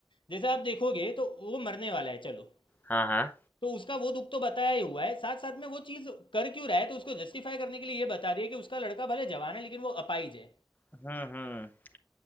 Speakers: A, on the left; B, on the left.
A: जैसे आप देखोगे तो वो मरने वाला है चलो
B: हाँ हाँ
A: तो उसका वो दुख तो बताया ही हुआ है साथ साथ में वो चीज़ कर क्यों रहा है तो उसको जस्टिफाई करने के लिए ये बता दिया कि उसका लड़का भले जवान है लेकिन वो अपाहिज है
B: हम्म हम्म